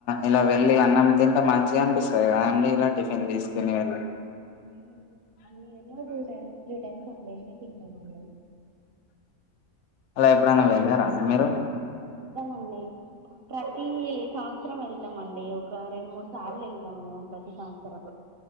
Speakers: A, on the left; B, on the right.
A: ఇలా వెళ్ళి అన్నం తింటే మంచిగా అనిపిస్తది కదండి అలా టిఫిన్
B: ఆ,
A: తీస్కుని
B: అవునండి.
A: వెళ్ళ
B: నేను వన్ ఇయర్ లో టూ టైమ్ త్రీ టైమ్ అట్ల తింటాం అండి
A: అలా ఎప్పుడైనా వెళ్ళారా అండి మీరు
B: అండి ప్రతి సంవత్సరం వెళ్ తంమండి ఒక రెండు మూడు సార్లు వెళ్తాం మేము ప్రతి సంవత్సరం